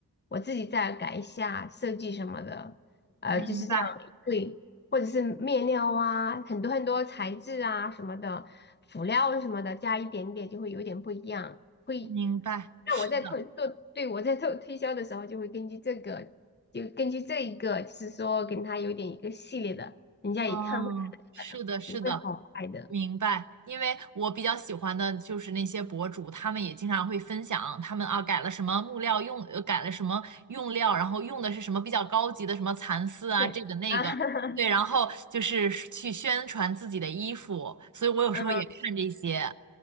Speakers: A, on the left; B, on the right.
A: 我自己再改一下设计什么的，呃，
B: 明白，
A: 就是这样对，或者是面料啊，很多很多材质啊什么的，辅料什么的，加一点点就会有点不一样。会
B: 明白，是的，
A: 那我在推做，对，我在做推销的时候，就会根据这个，就根据这一个，就是说跟他有点一个系列的，人家一看会看出来的，
B: 哦，是的，是的，
A: 你会好卖的。
B: 明白。因为我比较喜欢的就是那些博主，他们也经常会分享他们啊改了什么木料用，呃改了什么用料，然后用的是什么比较高级的什么蚕丝啊，
A: 对啊，
B: 这个那个，
A: <laughs>
B: 对，然后就是去宣传自己的衣服，所以我有时候也看这些。
A: 嗯，